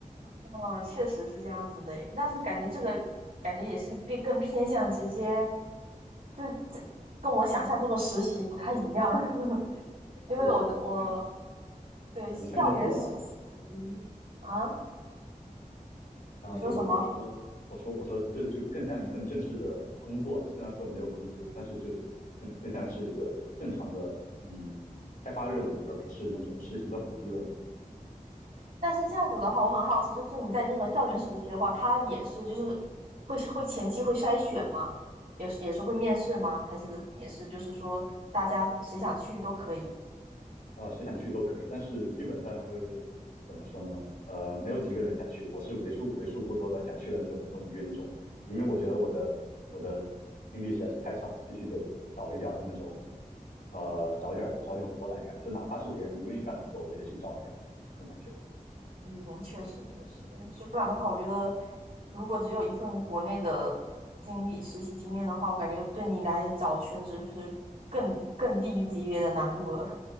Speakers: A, on the right; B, on the left.
A: 哦，确实是这样子的诶，但是感觉这个感觉也是变更偏向直接，就是这跟我想象中的实习不太一样，<laughs> 因为我的我
B: 是的，感
A: 对校园实习
B: 感觉像工作吧。
A: 啊，
B: 啊，
A: 你说什么？
B: 就我我说我说我说这就更像一份正式的工作了，虽然说没有工资，但是就更更像是一个正常的嗯开发任务，而不是那种实习的辅助任务
A: 但是这样子的话，我很好奇，就是你在这个校园实习的话，他也是就是会会前期会筛选吗？也是也是会面试吗？还是也是就是说大家谁想去都可以？
B: 啊，谁想去都可以，但是基本上就是怎么说呢？呃，没有几个人想去，我是为数为数不多的想去的那种那种冤种，因为我觉得我的我的经历实在是太少了，必须得找一点儿那种呃找一点儿找一点活来干，就哪怕是别人不愿意干的活，我也得去找一点儿，这种感觉。
A: 嗯，确实确实，就不然的话，我觉得如果只有一份国内的经历实习经验的话，我感觉对你来找全职是更更地狱级别的难度了。